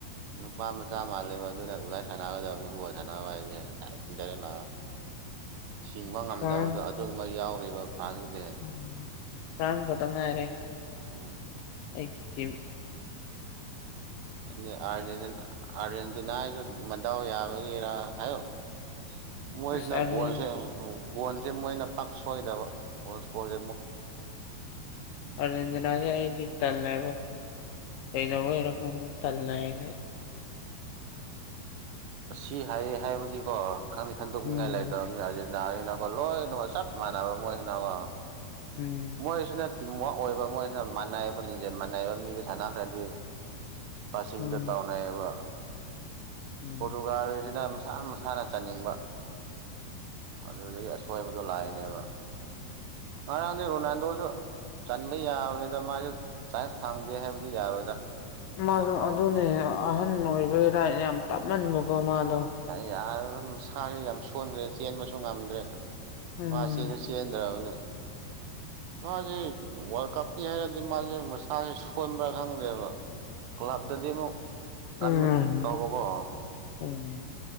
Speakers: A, on the right (about 80°); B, on the left (about 80°).
A: ꯅꯨꯄꯥ ꯃꯆꯥ ꯃꯥꯜꯂꯦꯕ ꯑꯗꯨꯅ ꯏꯚꯥꯏ ꯁꯥꯟꯅꯒꯗꯕ ꯅꯨꯕꯨꯣꯠ ꯁꯥꯟꯅꯕ ꯍꯥꯏꯁꯦ ꯏꯇꯔꯦꯠ ꯂꯥꯛ ꯤꯡꯕ ꯉꯝꯗꯕꯗꯣ
B: ꯐ꯭ꯔꯥꯟꯁ
A: ꯑꯗꯨꯒꯨꯝꯕ ꯌꯥꯎꯔꯤꯕ ꯐꯥꯝꯒꯤꯗꯤ
B: ꯎꯝ ꯐ꯭ꯔꯥꯟꯁ ꯈꯛꯇ ꯉꯥꯏꯔꯦ
A: ꯎꯝ
B: ꯑꯩꯒꯦꯇꯦ
A: ꯑꯗ ꯑꯥꯔꯖꯦꯟꯇꯤꯅꯥꯒ ꯃꯗꯥꯎ ꯌꯥꯕꯒꯤꯔꯥ ꯍꯥꯏꯌꯣ ꯃꯣꯏꯁꯤꯅ
B: ꯑꯁ ꯑꯥꯔꯖꯦꯟ
A: ꯒꯣꯟꯁꯦ ꯒꯣꯟꯁꯦ ꯃꯣꯏꯅ ꯄꯥꯛ ꯁꯣꯏꯗꯕ ꯏꯁꯣꯔ
B: ꯑꯔꯖꯦꯟꯗꯅꯥꯒꯤꯗꯤ ꯇꯂꯕ ꯀꯗ ꯏꯔꯀꯣ ꯇꯜꯅꯗꯤ
A: ꯁꯤ ꯍꯥꯏꯌꯦ ꯍꯥꯏꯕꯗꯤꯀꯣ ꯈꯪꯗꯦ ꯈꯟꯗꯣꯛꯅꯤꯡꯉꯥꯏ
B: ꯎꯝ
A: ꯂꯩꯗꯕ ꯑꯣ ꯂꯣꯏꯅ ꯃꫭꯏ ꯆꯞ ꯃꯥꯟꯅꯅꯕ ꯃꯣꯏ ꯒꯤꯅꯉꯣ
B: ꯎꯝ
A: ꯃꯣꯏꯁꯤꯅ ꯇꯤꯝꯋꯥꯛ ꯑꯣꯏꯕ ꯃꯣꯏꯁꯤꯅ ꯃꯥꯟꯅꯩ ꯑꯃ ꯂꯤꯡꯖꯩ ꯃꯥꯟꯅꯩꯕ ꯃꯤꯗ ꯁꯥꯟꯅꯈ꯭ꯔꯗꯤ ꯀꯆꯤꯡꯗ
B: ꯎꯝ
A: ꯇꯥꯎꯅꯩꯑꯌꯦꯕ
B: ꯎꯝ
A: ꯄꯣꯔꯇꯨꯒꯥꯜꯁꯤꯅ ꯃꯁꯥ ꯃꯁꯥ ꯁꯥꯟꯅ ꯆꯥꯅꯤꯡꯕ ꯑꯗꯨꯗꯒꯤ ꯑꯁꯣꯏꯕꯗꯣ ꯂꯥꯛꯏꯅꯦꯕ ꯉꯥꯡ ꯃꯥꯗꯤ ꯔꯣꯅꯥꯜꯗꯣꯁꯨ ꯆꯟꯕ ꯌꯥꯕꯅꯤꯗ ꯃꯥꯁꯨ ꯁꯥꯏꯟꯁ ꯐꯥꯡꯗꯦ ꯍꯥꯏꯕꯗꯤ ꯌꯥꯔꯣꯏꯗ꯭ꯔꯥ
B: ꯃꯥꯗꯣ ꯑꯗꯨꯅꯦ ꯑꯍꯟ ꯑꯣꯏꯕꯒꯤ ꯔꯥꯏꯠ ꯌꯥꯝ ꯇꯞꯃꯟꯕꯀꯣ ꯃꯥꯗꯣ
A: ꯌꯥ ꯁꯥꯁꯨ ꯌꯥꯝ ꯁꯣꯟꯈ꯭ꯔꯦ ꯆꯦꯟꯕꯁꯨ ꯉꯝꯗ꯭ꯔꯦ
B: ꯎꯝ
A: ꯃꯥꯁꯤ ꯆꯦꯟꯁꯨ ꯆꯦꯟꯗ꯭ꯔꯕꯅꯦ ꯃꯥꯁꯦ ꯋꯥꯔꯜ ꯀꯞꯀꯤ ꯍꯥꯏꯔꯗꯤ ꯃꯥꯁꯦ ꯃꯁꯥꯁꯦ ꯁꯣꯟꯕ꯭ꯔꯥ ꯈꯪꯗꯦꯕ ꯀ꯭ꯂꯞꯇꯗꯤ ꯑꯃꯨꯛ
B: ꯎꯝ
A: ꯀꯟꯕꯒꯨꯝ ꯇꯧꯕꯀꯣ
B: ꯎꯝ